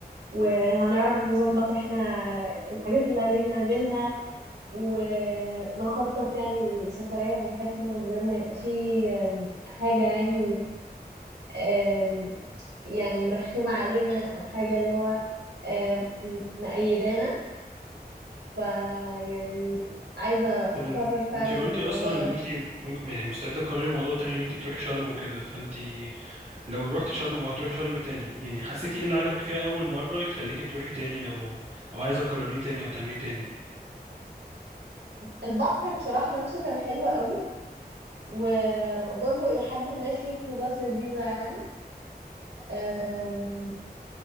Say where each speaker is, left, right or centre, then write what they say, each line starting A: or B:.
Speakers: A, on the right (about 85°); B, on the right (about 40°).
A: وهنعرف نظبط احنا الحاجات اللي عايزين نعملها ونخطط يعني السفرية براحتنا من غير ما يبقى فيه آم، حاجة يعني آم، يعني مرخمة علينا أو حاجة اللي هو آم، مقيدانا فيعني عايزة
B: طب
A: أكرر
B: ان-
A: فعلا
B: انتي قلتي
A: الموضوع
B: اصلا
A: ده
B: ان انتي م- يعني مستعده تقرري موضوع تاني ان انتي تروحي شرم وكده فانتي لو روحتي شرم او هتروحي شرم تاني يعني حسيتي ايه اللي عجبك فيها اول مره يخليكي تروحي تاني او او عايزه تكرريه تاني او تعمليه تاني
A: البحر بصراحة نفسه كان حلو قوي وبرضه إلى حد ما فيه خروجات لذيذة يعني أم،